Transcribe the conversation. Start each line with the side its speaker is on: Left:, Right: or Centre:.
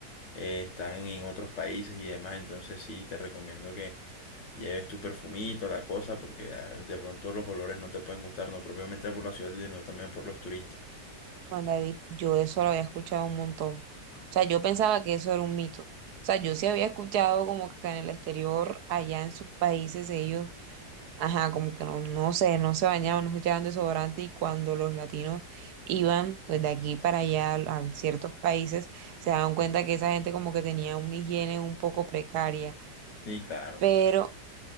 Left: eh, están en otros países y demás, entonces sí, te recomiendo que lleves tu perfumito, la cosa, porque ah, de pronto los olores no te pueden gustar, no propiamente por la ciudad, sino también por los turistas.
Right: Juan David, yo eso lo había escuchado un montón. O sea, yo pensaba que eso era un mito. O sea, yo sí había escuchado como que en el exterior, allá en sus países, ellos ajá, como que no, no sé, no se bañaban, no se echaban desodorante y cuando los latinos iban pues de aquí para allá al- a, ciertos países, se daban cuenta que esa gente como que tenía una higiene un poco precaria,
Left: Sí, claro,
Right: pero,